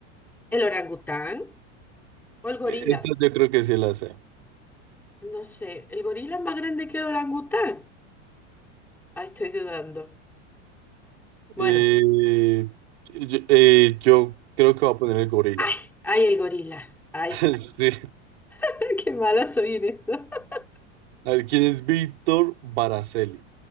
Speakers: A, in the centre; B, on the right.
A: ¿El orangután o el gorila?
B: Eh, Esta yo creo que sí la sé.
A: No sé, ¿el gorila es más grande que el orangután? Ay, estoy dudando. Bueno,
B: Eh, yo, eh, yo creo que voy a poner el gorila.
A: ay, ay, el gorila. Ay,
B: <laughs> Sí.
A: <laughs> qué mala soy en esto. <laughs>
B: A ver, ¿quién es Víctor Baracelli?